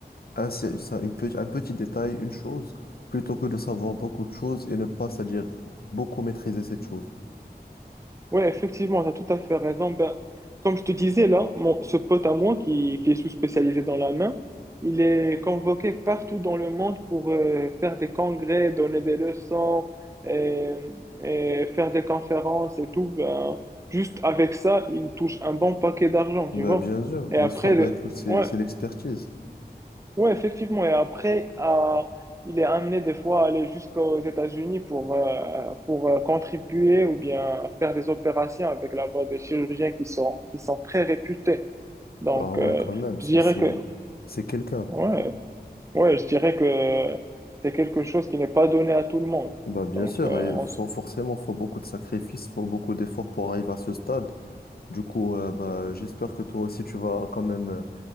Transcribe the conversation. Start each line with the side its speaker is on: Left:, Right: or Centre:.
Left: un, c'est- ça, une pe- un petit détail, une chose, plutôt que de savoir beaucoup de choses et ne pas, c'est-à-dire beaucoup maîtriser cette chose.
Right: ouais, effectivement, tu as tout à fait raison. Ben, comme je te disais, là, mon, ce pote à moi qui, qui est sous-spécialisé dans la main, il est convoqué partout dans le monde pour euh, faire des congrès, donner des leçons et, et faire des conférences et tout. Ben, juste avec ça, il touche un bon paquet d'argent, tu
Left: Ben,
Right: vois.
Left: bien sûr, bien
Right: Et après,
Left: sûr. Bah,
Right: le-
Left: écoute, c'est,
Right: ouais.
Left: c'est l'expertise.
Right: Oui, effectivement. Et après, euh, il est amené des fois à aller jusqu'aux États-Unis pour, euh, pour euh, contribuer ou bien faire des opérations avec là-bas des chirurgiens qui sont, qui sont très réputés. Donc,
Left: Ah ouais,
Right: euh,
Left: quand même,
Right: je
Left: c'est,
Right: dirais
Left: c'est,
Right: que,
Left: c'est quelqu'un.
Right: ouais, ouais, je dirais que c'est quelque chose qui n'est pas donné à tout le monde.
Left: Bah, bien
Right: Donc,
Left: sûr,
Right: euh, on
Left: et faut,
Right: s-
Left: forcément, faut beaucoup de sacrifices, faut beaucoup d'efforts pour arriver à ce stade. Du coup, euh, bah, j'espère que toi aussi, tu vas quand même.